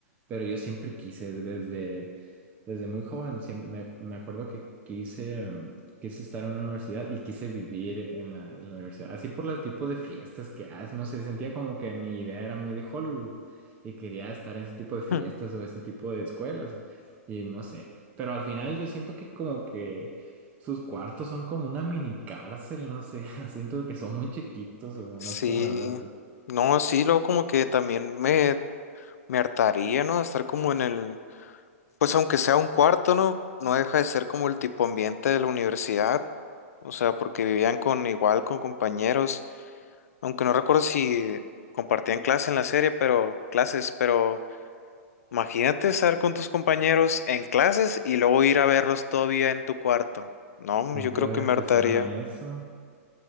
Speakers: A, on the right; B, on the left.
A: Pero yo siempre quise, desde, desde muy joven, siem- me, me acuerdo que quise, em, quise estar en una universidad y quise vivir en la, en la universidad. Así por el tipo de fiestas que hacen, no sé, sentía como que mi idea era muy de Hollywood y quería estar en ese tipo de fiestas
B: Mm.
A: o ese tipo de escuelas. Y no sé, pero al final yo siento que como que sus cuartos son como una mini cárcel, no sé, <laughs> siento que son muy chiquitos, o
B: Sí,
A: no sé cómo las ves tú.
B: no, sí, luego como que también me, me hartaría, ¿no? de Estar como en el, pues aunque sea un cuarto, ¿no? No deja de ser como el tipo ambiente de la universidad, o sea, porque vivían con igual, con compañeros. Aunque no recuerdo si compartían clase en la serie, pero clases, pero imagínate estar con tus compañeros en clases y luego ir a verlos todavía en tu cuarto. No,
A: Nunca
B: yo creo
A: había
B: que me
A: pensado
B: hartaría.
A: en eso.